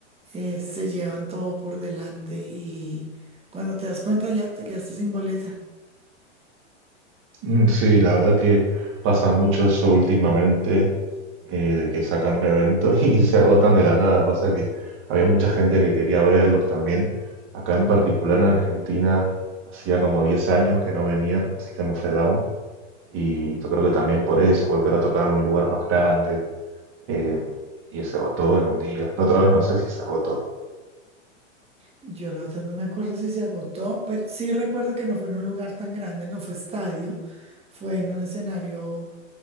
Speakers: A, on the right; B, on the right.
A: eh, se llevan todo por delante y cuando te das cuenta ya te quedaste sin boleta.
B: Mm, Sí, la verdad que pasa mucho eso últimamente eh, de que sacan un evento <laughs> y se agotan de la nada. Pasa que había mucha gente que quería verlos también. Acá en particular en Argentina hacía como 10 años que no venían System of a Down y yo creo que también por eso, porque ahora tocaron en un lugar más grande eh, y se agotó en un día. La otra vez no sé si se agotó,
A: Yo la otra no me acuerdo si se agotó, pero sí recuerdo que no fue en un lugar tan grande, no fue estadio, fue en un escenario